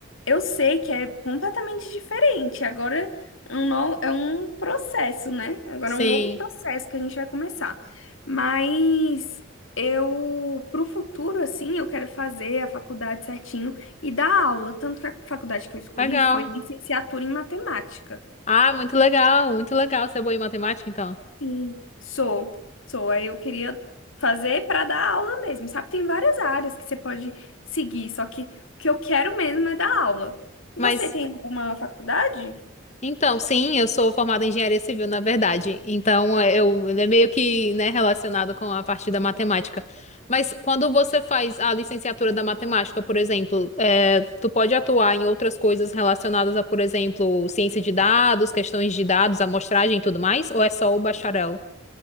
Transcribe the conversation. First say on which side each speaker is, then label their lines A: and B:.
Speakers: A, on the left (about 80°); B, on the left (about 35°).
A: Eu sei que é completamente diferente. Agora é um, no- é um processo, né? Agora
B: Sim,
A: é um novo processo que a gente vai começar. Mas eu, pro futuro, assim, eu quero fazer a faculdade certinho e dar aula. Tanto que a faculdade que eu escolhi
B: legal.
A: foi licenciatura em matemática.
B: Ah, muito legal, muito legal. Você é boa em matemática, então?
A: Sim, sou. Sou. Aí eu queria fazer para dar aula mesmo, sabe? Tem várias áreas que você pode seguir, só que o que eu quero mesmo é dar aula. E
B: Mas
A: você tem alguma faculdade?
B: Então, sim, eu sou formada em engenharia civil, na verdade. Então, é, eu, ele é meio que, né, relacionado com a parte da matemática. Mas quando você faz a licenciatura da matemática, por exemplo, é, tu pode atuar em outras coisas relacionadas a, por exemplo, ciência de dados, questões de dados, amostragem e tudo mais? Ou é só o bacharel?